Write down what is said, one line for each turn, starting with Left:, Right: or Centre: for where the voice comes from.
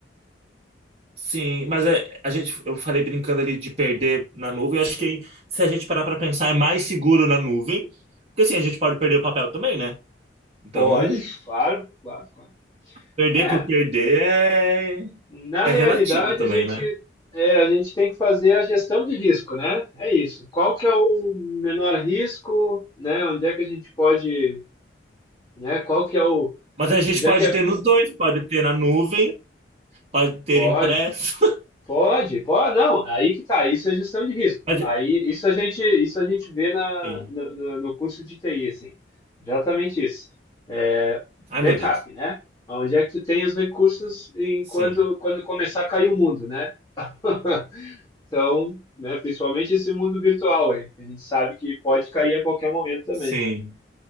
Right: sim, mas é, a gente, eu falei brincando ali de perder na nuvem. Eu acho que hein, se a gente parar pra pensar, é mais seguro na nuvem, porque assim, a gente pode perder o papel também, né? Então,
Left: Pode, claro, claro, claro.
Right: perder
Left: É,
Right: por perder é,
Left: na
Right: é
Left: realidade
Right: relativo também,
Left: a gente,
Right: né?
Left: é, a gente tem que fazer a gestão de risco, né? É isso. Qual que é o menor risco, né? Onde é que a gente pode, né? Qual que é o,
Right: Mas a gente
Left: onde
Right: pode
Left: é que é
Right: ter nos dois, pode ter na nuvem, pode ter
Left: Pode,
Right: impresso.
Left: pode, pode, não, aí que tá, isso é gestão de risco.
Right: <laughs> Mas,
Left: Aí isso a gente, isso a gente vê na,
Right: sim.
Left: no, no- no curso de TI, assim, exatamente isso. É, backup,
Right: Ai, meu Deus.
Left: né? Onde é que tu tem os recursos em
Right: Sim.
Left: quando, quando começar a cair o mundo, né? <laughs> Então, né, principalmente esse mundo virtual aí, que a gente sabe que pode cair a qualquer momento também.
Right: Sim.